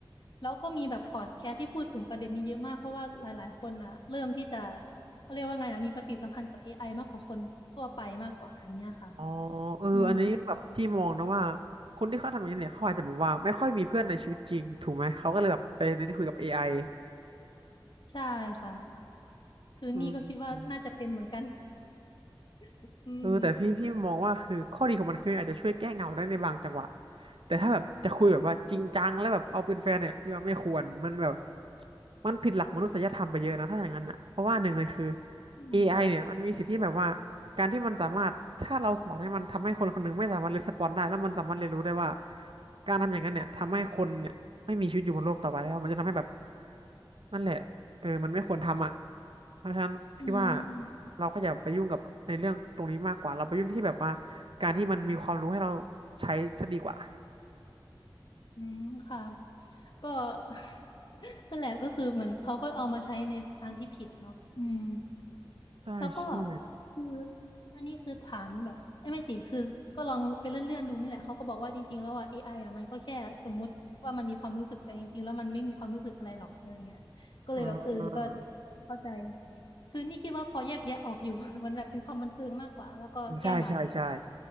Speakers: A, on the left (about 65°); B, on the right (about 80°).
A: แล้วก็มีแบบพอดแคสต์ที่พูดถึงประเด็นนี้เยอะมากเพราะว่าหลายๆคนอ่ะเริ่มที่จะเขาเรียกว่าไงอ่ะมีปฏิสัมพันธ์กับ AI มากกว่าคนทั่วไปมากกว่าอย่างเงี้ยค่ะ
B: อ๋อเอออันนี้แบบพี่มองนะว่า
A: อืม
B: คนที่เขาทำอย่างนี้เนี่ยเขาอาจจะแบบว่าไม่ค่อยมีเพื่อนในชีวิตจริงถูกไหมเขาก็เลยแบบไปเน้นคุยกับ AI อไ
A: ใช่ค่ะคือนี่ก็คิดว่าน่าจะเป็นเหมือนกัน
B: ออืม
A: <laughs> อืม
B: เออแต่พี่พี่มองว่าคือข้อดีของมันคืออาจจะช่วยแก้เหงาได้ในบางจังหวะแต่ถ้าแบบจะคุยแบบว่าจริงจังแล้วแบบเอาเป็นแฟนเนี่ยพี่ว่าไม่ควรมันแบบมันผิดหลักมนุษยธรรมไปเยอะนะถ้าอย่างนั้นอ่ะเพราะว่าหนึ่งเลยคือ
A: อืมค่ะ
B: AI เนี่ยมันมีสิทธิแบบว่าการที่มันสามารถถ้าเราสอนให้มันทำให้คนคนหนึ่งไม่สามารถรีสปอนได้แล้วมันสามารถเรียนรู้ได้ว่าการทำอย่างนั้นเนี่ยทำให้คนเนี่ยไม่มีชีวิตอยู่บนโลกต่อไปแล้วมันจะทำให้แบบนั่นแหละ เออมันไม่ควรทำอ่ะเพราะฉะนั้นพี่ว่า
A: อืม
B: เราก็อย่าไปยุ่งกับในเรื่องตรงนี้มากกว่า เราไปยุ่งที่แบบว่าการที่มันมีความรู้ให้เราใช้ซะดีกว่า
A: อืมค่ะก็ <laughs> นั่นแหละก็คือเหมือนเขาก็เอามาใช้ในทางที่ผิดเนาะอืม
B: ใช่ใช่
A: แล้วก็คืออันนี้คือถามแบบเอ้ยไม่สิคือก็ลองไปเลื่อนๆดูนี่แหละเขาก็บอกว่าจริงๆแล้วอ่ะ AI อไออ่ะมันก็แค่สมมุติว่ามันมีความรู้สึกแต่จริงๆแล้วมันไม่มีความรู้สึกอะไรหรอกอะไรเงี้ยก็เลยแบบเออก็
B: อ่า
A: เข้าใจคือนี่คิดว่าพอแยกแยะออกอยู่ <laughs> มันแบบเป็นความบันเทิงมากกว่าแล้วก็แก้เหงาใช่
B: ใช่ใช่ใช่